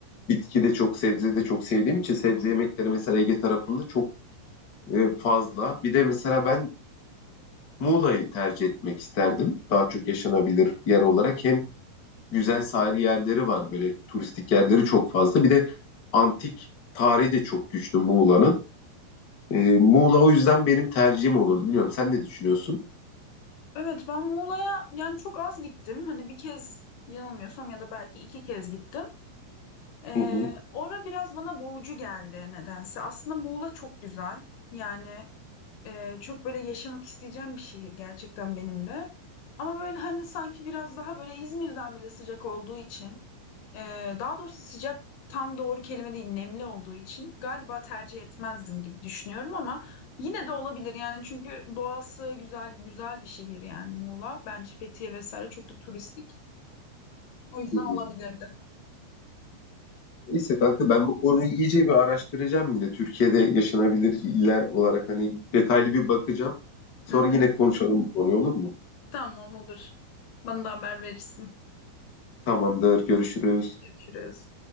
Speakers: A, on the left; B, on the left.
A: bitki de çok, sebze de çok sevdiğim için sebze yemekleri mesela Ege tarafında çok e, fazla. Bir de mesela ben Muğla'yı tercih etmek isterdim. Daha çok yaşanabilir yer olarak. Hem güzel sahil yerleri var böyle turistik yerleri çok fazla. Bir de antik tarihi de çok güçlü Muğla'nın. Ee, Muğla o yüzden benim tercihim olurdu. Bilmiyorum sen ne düşünüyorsun?
B: Evet ben Muğla'ya yani çok az gittim. Hani bir kez yanılmıyorsam ya da belki iki kez gittim. Ee,
A: Hı hı.
B: ora biraz bana boğucu geldi nedense. Aslında Muğla çok güzel. Yani e, çok böyle yaşamak isteyeceğim bir şehir gerçekten benim de. Ama böyle hani sanki biraz daha böyle İzmir'den bile sıcak olduğu için. Ee, daha doğrusu sıcak tam doğru kelime değil, nemli olduğu için galiba tercih etmezdim gibi düşünüyorum ama yine de olabilir yani çünkü doğası güzel güzel bir şehir yani Muğla. Bence Fethiye vesaire çok da turistik. O yüzden
A: Hı hı.
B: olabilirdi.
A: Neyse kanka ben bu konuyu iyice bir araştıracağım yine. Türkiye'de yaşanabilir iller olarak hani detaylı bir bakacağım. Sonra
B: Hı hı.
A: yine konuşalım bu konuyu olur mu?
B: Tamam olur. Bana da haber verirsin.
A: Tamamdır, görüşürüz.
B: Görüşürüz.